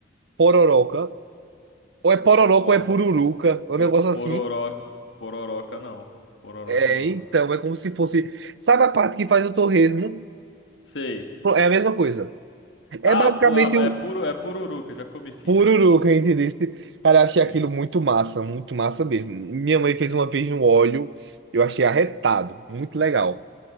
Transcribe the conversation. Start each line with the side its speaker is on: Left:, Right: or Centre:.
Right: pororoca? Ou é pororoca
Left: Nossa,
Right: ou é pururuca, é um
Left: po-
Right: negócio
Left: pororó,
Right: assim.
Left: pororoca não. Pororoca
Right: É,
Left: não.
Right: então, é como se fosse. Sabe a parte que faz o torresmo?
Left: Sei.
Right: Pro- É a mesma coisa. É
Left: Ah,
Right: basicamente
Left: pu- ah, é
Right: um
Left: puro, é pururuca. Já comi sim,
Right: pururuca,
Left: já comi sim.
Right: entendeu? Cara, eu achei
Left: Sim.
Right: aquilo muito massa, muito massa mesmo. Minha mãe fez uma vez no óleo, eu achei arretado, muito legal.